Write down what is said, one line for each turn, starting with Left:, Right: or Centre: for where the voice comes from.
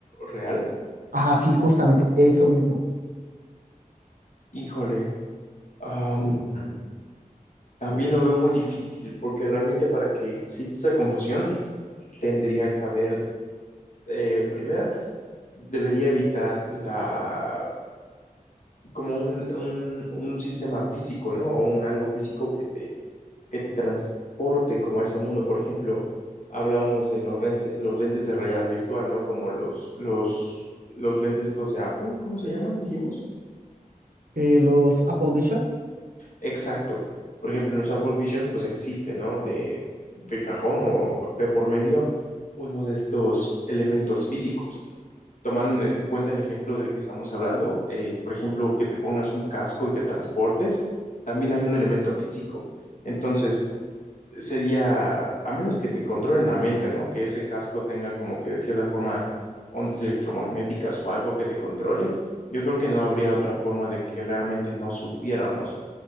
Left: real.
Right: Ajá, sí, justamente, eso mismo.
Left: Híjole, am, también lo veo muy difícil porque realmente para que exista esa confusión tendría que haber, eh, primera, debería evitar la, como un, un, un sistema físico, ¿no? O un algo físico que te que te transporte como a ese mundo. Por ejemplo, hablamos de los, rente- los lentes de realidad virtual, ¿no? Como los, los, los lentes estos de Apple, ¿cómo se llaman? Dijimos.
Right: Eh, los Apple Vision,
Left: Exacto. Por ejemplo, en los Apple Vision, pues existe, ¿no? De, de cajón o de por medio uno de estos elementos físicos. Tomando en en cuenta el ejemplo del que estamos hablando, eh, por ejemplo, que te pongas un casco y te transportes, también hay un elemento físico. Entonces, sería, a menos que te controlen la mente, ¿no? Que ese casco tenga como que de cierta forma ondas electromagnéticas o algo que te controle, yo creo que no habría otra forma de que realmente no supiéramos